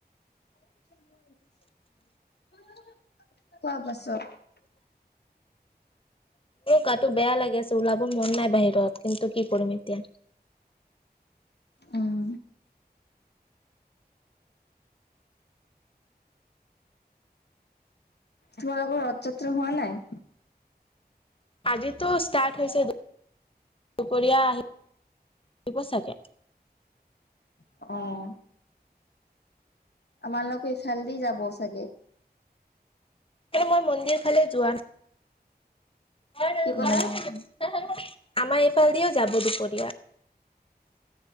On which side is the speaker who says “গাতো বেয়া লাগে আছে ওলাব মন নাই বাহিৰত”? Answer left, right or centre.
Left